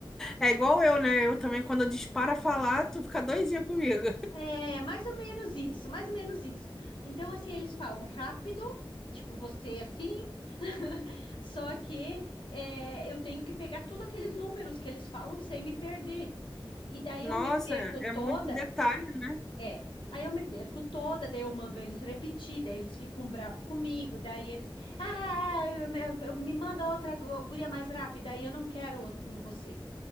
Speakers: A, in the centre; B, on the left.
A: É igual eu, né? Eu também, quando eu disparo a falar, tu fica doidinha comigo.
B: É, mais ou menos isso, mais ou menos isso. Então, assim, eles falam rápido, tipo você assim, <laughs> só que é, eu tenho que pegar tudo aqueles números que eles falam sem me perder. E daí
A: Nossa,
B: eu me perco toda
A: é muito detalhe. né?
B: É, aí eu me perco toda, daí eu mando eles repetir, daí eles ficam brabo comigo, daí eles, ah, eu- eu- eu- me manda outra gu- guria mais rápida, aí eu não quero o- você.